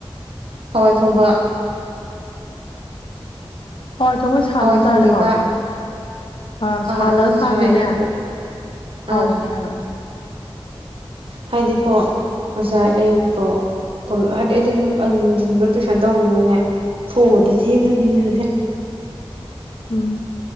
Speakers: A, on the right; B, on the left.
A: ꯍꯋꯥꯏ ꯊꯣꯡꯕ
B: ꯍꯣꯏ ꯊꯃꯣꯏ ꯁꯥꯔꯖꯥꯔ
A: ꯍꯋꯥꯏ ꯊꯣꯡꯉꯦꯕ
B: ꯍꯥꯎꯕꯅꯦ ꯑꯥ ꯁꯥꯜꯂꯒ
A: ꯑꯗꯣ ꯉꯁꯥꯏ
B: ꯁꯥꯗꯣꯏꯅꯦ
A: ꯑꯌꯨꯛꯇꯣ
B: ꯍꯥꯎꯕꯅꯦ
A: ꯑꯥ
B: ꯍꯥꯏꯕ <inaudible>
A: ꯍꯥꯏꯗꯤꯀꯣ ꯉꯁꯥꯏ ꯑꯌꯨꯛꯇꯣ ꯂꯛ ꯍꯥꯏꯗꯤ ꯑꯩꯗꯤ ꯅꯨꯡꯊꯤꯟꯗꯣ ꯇꯨꯏꯁꯟ ꯇꯧꯕꯅꯤꯅꯅꯦ ꯐꯨꯕꯗ ꯊꯦꯡꯉꯅꯤꯅꯅꯦ
B: ꯎꯝ